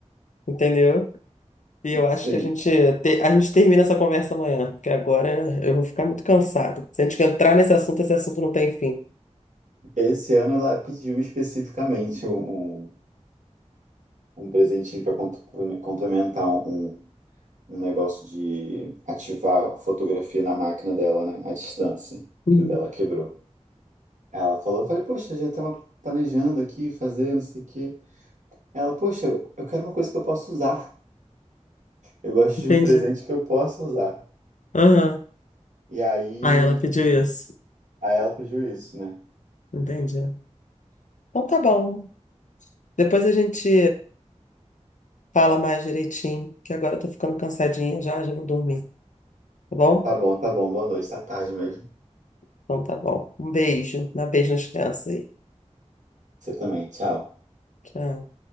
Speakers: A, on the left; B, on the right.
A: entendeu? E eu acho
B: Sim.
A: que a gente, te- a gente termina essa conversa amanhã, porque agora eu vou ficar muito cansada. Se a gente entrar nesse assunto, esse assunto não tem fim.
B: Esse ano ela pediu especificamente um, um um presentinho para complementar um, um negócio de ativar fotografia na máquina dela, né? À distância,
A: Uhum.
B: que o dela quebrou. Ela falou, eu falei, poxa, já estava planejando aqui, fazer, não sei o quê. Ela, poxa, eu quero uma coisa que eu possa usar. Eu gosto de
A: Entendi.
B: um presente que eu possa usar.
A: Aham.
B: E aí,
A: Ah, ela pediu isso.
B: aí ela pediu isso, né?
A: Entendi. Então tá bom. Depois a gente fala mais direitinho, que agora eu tô ficando cansadinha já, já vou dormir, tá bom?
B: Tá bom, tá bom, boa noite, tá tarde mesmo.
A: Então tá bom. Um beijo. Dá beijo nas crianças aí.
B: Você também, tchau.
A: Tchau.